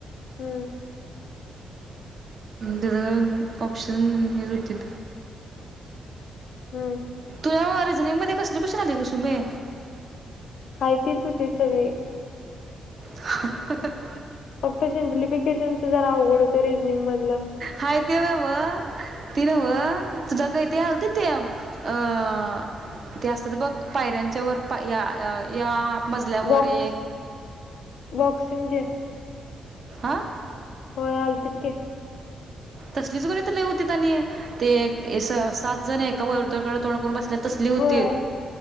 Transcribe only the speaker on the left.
हम्म
हम्म
हाय तिचं होती सगळे.
फक्त सिम्प्लिफिकेशनच जरा अवघड होतं रिजनिंग मधलं.
बॉक्स
बॉक्सिंगचे
व्हय अलतीत की
होय